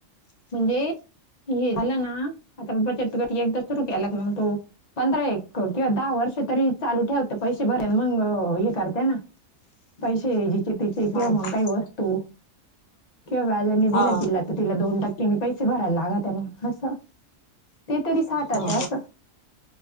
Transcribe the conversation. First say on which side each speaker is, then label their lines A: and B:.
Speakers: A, on the left; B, on the left.
A: म्हणजे हे झालं ना आता बचत एकदा सुरू के आला मग तो पंधरा एक किंवा दहा वर्ष तरी चालू ठेवते पैसे भरेन मग हे करते ना. पैसे याजिचे तिचे किंवा
B: हा हा
A: मग काही वस्तू किंवा व्याजानी
B: हा
A: दिलं जिला तर तिला दोन टक्क्यांनी पैसे भरायला लागा त्या मग असं. ते तरी सठात
B: हा हा
A: अस